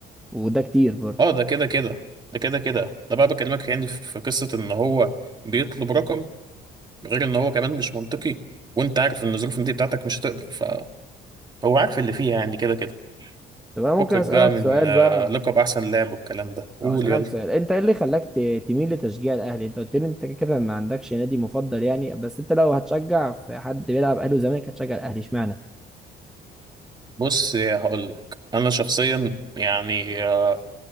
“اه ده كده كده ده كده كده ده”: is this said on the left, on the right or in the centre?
Right